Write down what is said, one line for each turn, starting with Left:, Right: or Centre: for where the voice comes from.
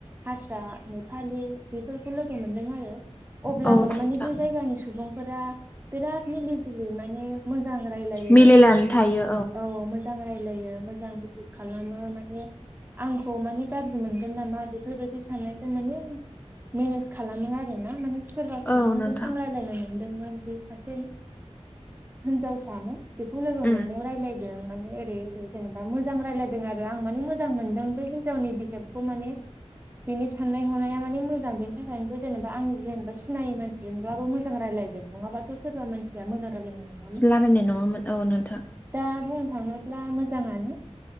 Right: हारसा नेपालि बेफोरखौ लोगो मोनदों आरो अब्लाबो
Left: औ नोंथां
Right: मानि बे जायगानि सुबुंफोरा बिराद मिलि जुलि माने मोजां रायलायो
Left: मिलायनानै थायो
Right: औ मोजां रायलायो मोजां बिदि खालामो माने आंखौ मानि गाज्रि मोनगोन नामा बेफोरबायदि साननायखौ माने मेनेज खालामो आरो ना माने सोरबा सुबुंजों
Left: औ नोंथां
Right: आं रायलायनो मोन मोन जों सासे हिनजावसामोन बेखौ लोगो
Left: उम
Right: मोननायाव रायजलायदों माने ओरै ओरै जेनेबा मोजां रायजलायदों आरो आं माने मोजां मोनदों बे हिजावनि बिहेबखौ माने बेनि साननाय हनाया मानि मोजां बेनि थाखायनोथ' जेनेबा आं जेनेबा सिनायै मानसि जोंब्लाबो मोजां रायलायदों नङाबाथ' सोरबा मानसिया मोजां रायलायनाय नङा
Left: रायलायनाय नङामोन औ नोंथां
Right: दा बुंनो थाङोब्ला मोजाङानो